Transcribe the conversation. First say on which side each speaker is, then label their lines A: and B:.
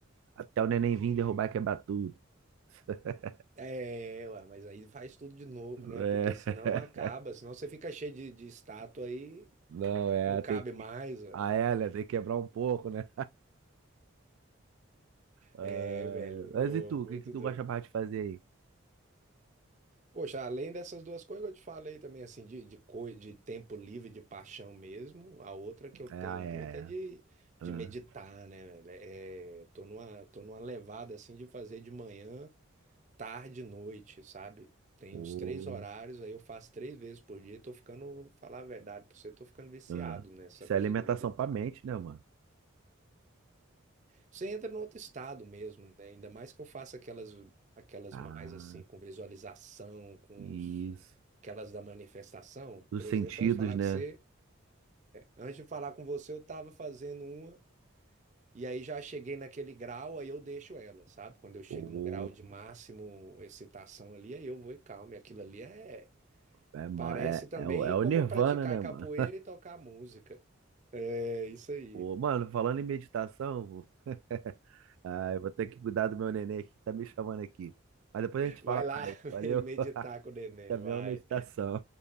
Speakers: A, on the right; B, on the right.
A: Até o neném vir derrubar e quebrar tudo. <laughs>
B: É, ué, mas aí faz tudo de novo, né?
A: É.
B: Porque senão acaba, senão você fica cheio de, de estátua aí,
A: Não, é,
B: não cabe
A: tem
B: mais,
A: que.
B: velho.
A: Ah, é, né? Tem que quebrar um pouco, né? Ah,
B: É, velho,
A: mas
B: ô,
A: e tu?
B: muito
A: O que que tu
B: doido.
A: gosta mais de fazer aí?
B: Poxa, além dessas duas coisas que eu te falei também, assim, de, de, coi- de tempo livre, de paixão mesmo, a outra que eu tenho
A: É, ah,
B: muito
A: é,
B: é
A: é.
B: de,
A: Ah,
B: de meditar, né, velho? É, tô numa, tô numa levada, assim, de fazer de manhã, tarde e noite, sabe? Tem
A: pô,
B: uns três horários, aí eu faço três vezes por dia e tô ficando, falar a verdade pra você, tô ficando viciado
A: ah.
B: nessa
A: Isso
B: coisa
A: é alimentação
B: de meditar.
A: pra mente, né, mano?
B: Você entra no outro estado mesmo, né? Ainda mais que eu faça aquelas, aquelas
A: Ah,
B: mais assim, com visualização, com
A: isso.
B: os- aquelas da manifestação.
A: Dos
B: Por
A: sentidos,
B: exemplo, antes de falar
A: né?
B: com você, antes de falar com você, eu estava fazendo uma e aí já cheguei naquele grau, aí eu deixo ela, sabe? Quando eu chego
A: Pô,
B: no grau de máximo excitação ali, aí eu vou e calmo. E aquilo ali é
A: é, ma-
B: parece
A: é,
B: também
A: é, o é o
B: como
A: Nirvana,
B: praticar
A: né,
B: capoeira
A: mano?
B: e tocar música. É isso aí.
A: Pô, mano, falando em meditação, vou- <laughs> ah, eu vou ter que cuidar do meu neném aqui, que tá me chamando aqui. Mas depois a gente fala
B: Vai lá
A: mais,
B: <laughs>
A: valeu?
B: meditar
A: <laughs>
B: com o neném,
A: Isso também
B: vai.
A: é uma meditação.